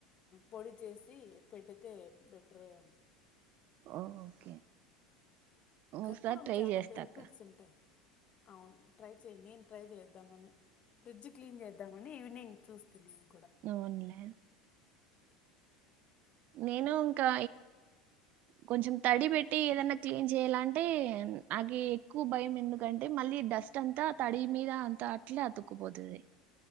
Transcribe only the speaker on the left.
పొడి చేసి పెడ్తే బెటరూ
కర్పూరం
చానా
బెనిఫిట్స్ ఉంటాయి. అవును ట్రై చేయి నేను ట్రై చేద్దామనే ఫ్రిడ్జ్ క్లీన్ చేద్దామని ఈవినింగ్ చూస్తి లేను